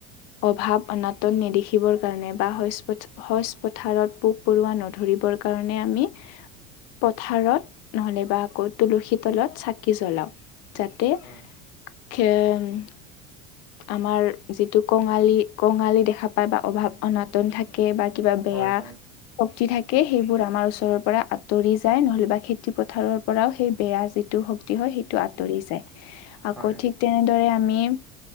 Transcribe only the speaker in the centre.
হয়,
হয়, হয়,
হয়,